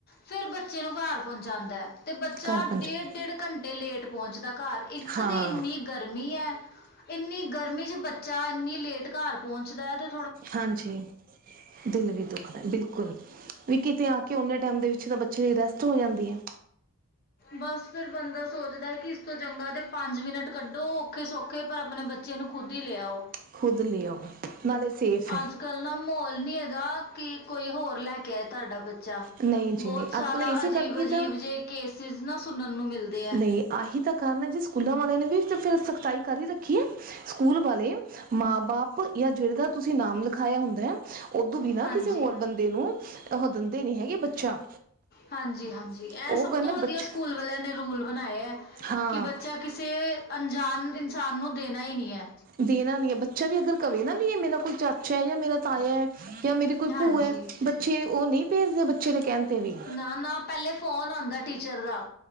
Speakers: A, on the left; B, on the right.
A: ਫੇਰ ਬੱਚੇ ਨੂੰ ਘਾਰ ਪੋਂਚਾਂਦੈ। ਤੇ ਬੱਚਾ
B: ਘਰ ਪਹੁੰਚਣ
A: ਡੇੜ-ਡੇੜ ਘੰਟੇ ਲੇਟ ਪੋਂਚਦਾ ਘਾਰ, ਇੱਕ
B: ਹਾਂ
A: ਤੇ ਇੰਨੀ ਗਰਮੀ ਐ, ਇੰਨੀ ਗਰਮੀ ਚ ਬੱਚਾ ਇੰਨੀ ਲੇਟ ਘਾਰ ਪੋਂਚਦੈ ਤੇ
B: ਹਾਂਜੀ, ਦਿਲ ਵੀ ਦੁੱਖਦੈ ਬਿਲਕੁਲ। ਵੀ ਕਿਤੇ ਆ ਕੇ ੳਨੇ ਟਾਈਮ ਦੇ ਵਿੱਚ ਤਾ ਬੱਚੇ ਲਈ ਰੈਸਟ ਹੋ ਜਾਂਦੀ ਐ।
A: ਬਾੱਸ ਫੇਰ ਬੰਦਾ ਸੋਚਦੈ ਕਿ ਇਸ ਤੋਂ ਚੰਗਾ ਤੇ ਪੰਜ ਮਿੰਟ ਕੱਢੋ ਔਖੇ-ਸੌਖੇ, ਪਰ ਆਪਨੇ ਬੱ ਬੱਚੇ ਨੂੰ ਖੁਦ ਈ ਲੇਆਓ।
B: ਖੁਦ ਲੇਆਓ ਨਾਲੇ ਸੇਫ ਏ।
A: ਅੱਜ ਕੱਲ ਨਾ ਮੌਲ ਨੀ ਹਗਾ, ਕਿ ਕੋਈ ਹੋਰ ਲੈ ਕੇ ਆਏ ਤਾੱਡਾ ਬੱਚਾ,
B: ਨਹੀਂ ਜੀ
A: ਬੋਤ
B: ਨਹੀਂ
A: ਸਾਰਾ
B: ਅੱਜ ਕੱਲ੍ਹ ਇਸੇ
A: ਅਜੀਬ-ਅਜੀਬ
B: ਕਰਕੇ ਤਾਂ
A: ਜੇ ਕੇਸਿਸ ਨਾ, ਸੁਨਨ ਨੂੰ ਮਿਲਦੇ ਐ।
B: ਨਹੀਂ ਆਹੀ ਤਾਂ ਕਾਰਨ ਹੈ ਜੀ ਸਕੂਲਾਂ ਵਾਲੇ ਨੇ ਵੀ ਫਿਰ ਸਖਤਾਈ ਕਰ ਈ ਰੱਖੀ ਏ। ਸਕੂਲ ਵਾਲੇ ਮਾਂ-ਬਾਪ ਯਾ ਜਿਦੇ ਦਾ ਤੁਸੀ ਨਾਮ ਲਿਖਵਾਯਾ ਹੁੰਦੈ। ਓੱਦੋ ਵੀ ਨਾ
A: ਹਾਂਜੀ
B: ਕਿਸੇ ਹੋਰ ਬੰਦੇ ਨੂੰ, ਓਹ ਦਿੰਦੇ ਨੀ ਹੈਗੇ ਬੱਚਾ।
A: ਹਾਂਜੀ-ਹਾਂਜੀ
B: ਉਹ
A: ਐ ਸਬ
B: ਕਹਿੰਦੇ
A: ਤੋਂ
B: ਬੱਚਾ
A: ਵਦੀਆ ਸਕੂਲ ਵਾਲੇਆਂ ਨੇ ਰੂਲ ਬਨਾਏ ਐ।
B: ਹਾਂ
A: ਕਿ ਬੱਚਾ ਕਿਸੇ ਅਨਜਾਨ ਇਨਸਾਨ ਨੂੰ ਦੇਨਾ ਈ ਨੀ ਐ।
B: ਦੇਨਾ ਵੀ ਐ, ਬੱਚਾ ਵੀ ਅਗਰ ਕਵੇ ਨਾ ਵੀ ਐ ਮੇਰਾ ਕੋਈ ਚਾਚਾ ਐ ਯਾ ਮੇਰਾ ਤਾਯੈ। ਯਾ ਮੇਰੀ ਕੋਈ
A: ਹਾਂਜੀ
B: ਭੂਐ, ਬੱਚੇ ਓ ਨੀ ਪੇਜ਼ਦੇ ਬੱਚੇ ਦੇ ਕੈਨ ਤੇ ਵੀ।
A: ਨਾ-ਨਾ ਪੈਲੇ ਫੋਨ ਆਂਦੈ ਟੀਚਰ ਦਾ